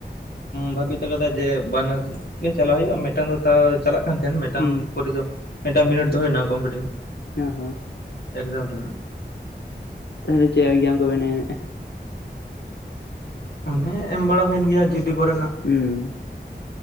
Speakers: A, on the left; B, on the left.
A: ᱵᱷᱟᱵᱤᱤᱛ ᱟᱠᱟᱫᱟ ᱡᱮ ᱵᱟᱱᱟᱨ ᱜᱮ ᱪᱟᱞᱟ ᱦᱩᱭᱩᱜᱜᱼᱟ ᱢᱤᱫᱴᱟᱝ ᱫᱚ ᱪᱟᱞᱟᱜ ᱠᱟᱱ ᱛᱟᱦᱮᱱ ᱢᱤᱫᱴᱟᱝ
B: ᱦᱩᱸ
A: ᱯᱚᱨᱤ ᱫᱚ ᱢᱤᱫᱴᱟᱝ ᱵᱤᱱᱤᱴ ᱫᱚᱦᱚᱭᱱᱟ ᱠᱚᱢᱯᱴᱤᱭᱩ
B: ᱚ ᱦᱚᱸ
A: ᱮᱠᱡᱟᱢ ᱨᱮᱱᱟᱜ
B: ᱟᱵᱤᱱ ᱫᱚ ᱪᱮᱫ ᱮᱠᱡᱟᱢ ᱠᱚ ᱵᱮᱱ ᱮᱢᱮᱜᱼᱟ
A: ᱚᱱᱮ ᱮᱢ ᱵᱟᱲᱟ ᱦᱩᱭᱮᱱ ᱜᱮᱭᱟ ᱡᱤ ᱰᱤ ᱠᱚᱨᱮᱱᱟᱜ
B: ᱩᱸ